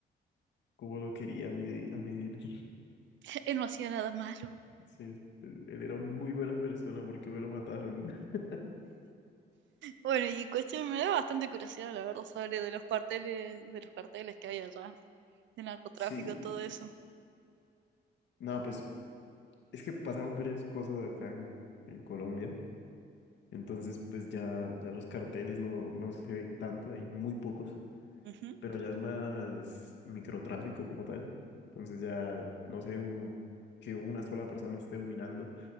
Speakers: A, on the left; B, on the right.
A: como lo quería a mi, di- a mi dealer.
B: <laughs> Él no hacía nada malo.
A: Sí, él, él era una muy buena persona porque me lo mataron. <laughs>
B: Bueno, y cuestión, me da bastante curiosidad, la verdad, sobre de los cuarteles, de los carteles que hay allá, de narcotráfico,
A: Sí,
B: todo eso.
A: no, pues es que pasaron varias cosas acá en, en Colombia. Entonces, pues ya, ya los carteles no, no se ven tanto, hay muy pocos.
B: Ujú,
A: pero ya es más microtráfico como tal. Entonces ya no sé un- que una sola persona esté dominando,